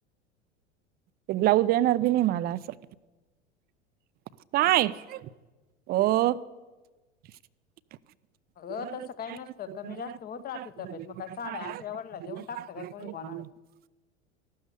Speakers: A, on the right; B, on the left.
A: ते ब्लाऊज येणार बी नाही मला असं काय? होओ. <unintelligible>
B: अगं तसं काही नसतं
A: का
B: कमी जास्त होत राहते तब्येत मग काय साड्या
A: नसत.
B: अशा वडला देऊन टाकतं काय कोणी कोणाला